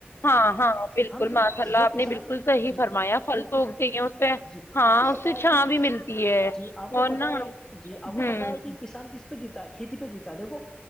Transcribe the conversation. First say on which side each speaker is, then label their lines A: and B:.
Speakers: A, on the left; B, on the left.
A: ہاں ہاں بالکل
B: ہم جو
A: ماشاء اللہ
B: جو
A: آپ
B: کسان
A: نے بالکل صحیح
B: جی
A: فرمایا پھل
B: جو کس
A: تو اگتے ہیں اس پہ
B: جی
A: ہاں
B: آپ کو
A: اس
B: پتا
A: سے
B: ہے کہ
A: چھاں بھی ملتی ہے
B: جی آپ کو
A: اور
B: پتا
A: نا
B: ہے جی آپ
A: ہوں
B: کو پتا ہے کہ کسان کس جیتا ہے کھیتی پہ جیتا ہے دیکو